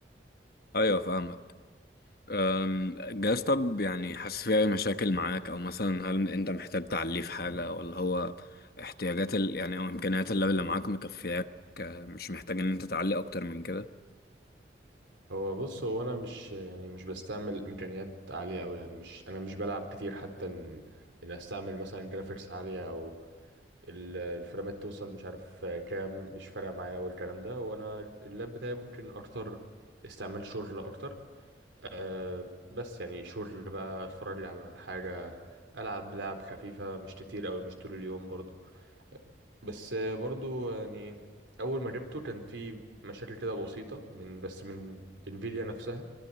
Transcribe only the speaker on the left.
ايوه فاهمك أم، جهاز طب يعني حاسس فيه أي مشاكل معاك او مثلا هل انت محتاج تعليه في حاجة ولا هو احتياجات ال... يعني او امكانيات اللاب اللي معاك مكفياك أه، مش محتاج ان انت تعلي اكتر من كده